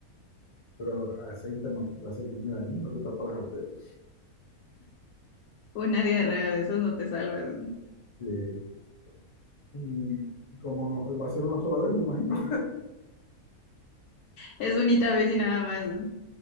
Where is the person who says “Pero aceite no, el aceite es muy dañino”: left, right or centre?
Left